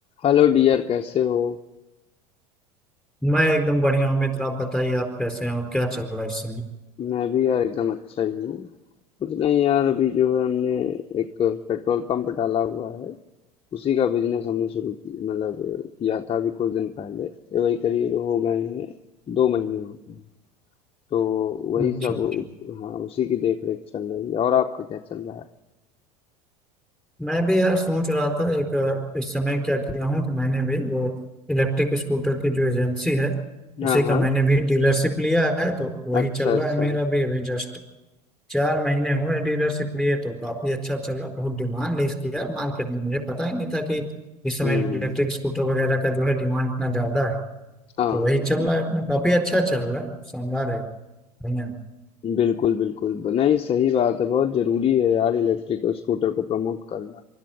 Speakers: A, on the left; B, in the centre.
A: Hello dear कैसे हो
B: मैं एकदम बढ़िया हूँ मित्र आप बताइए आप कैसे हैं और क्या चल रहा है इस समय
A: मैं भी यार एकदम अच्छा ही हूँ कुछ नहीं यार अभी जो है हमने एक पेट्रोल पंप डाला हुआ है उसी का बिजनेस हमने शुरू की मतलब किया था अभी कुछ दिन पहले ये वही करीब हो गए हैं दो महीने हो गए हैं। तो वही
B: अच्छा
A: सब
B: अच्छा
A: हाँ उसी की देख रेख चल रही है और आपका क्या चल रहा है
B: मैं भी यार सोच रहा था एक अ, इस समय क्या किया हूँ कि मैंने भी वो इलेक्ट्रिक स्कूटर की जो एजेंसी है उसी
A: हाँ
B: का
A: हाँ
B: मैंने भी डीलरशिप लिया है तो वही
A: अच्छा
B: चल
A: अच्छा
B: रहा है मेरा भी अभी जस्ट चार महीने हुए डीलरशिप लिए तो काफी अच्छा चल रहा बहुत डिमांड है इसकी यार मार्केट में मुझे पता ही नहीं था कि इस समय
A: हम्म
B: इलेक्ट्रिक स्कूटर वगैरह का जो है डिमांड इतना ज्यादा है
A: हाँ
B: तो वही
A: यार
B: चल रहा है अपना काफी अच्छा चल रहा है शानदार है बढ़िया
A: बिल्कुल बिल्कुल नहीं सही बात है बहुत जरूरी है यार इलेक्ट्रिक स्कूटर को प्रमोट करना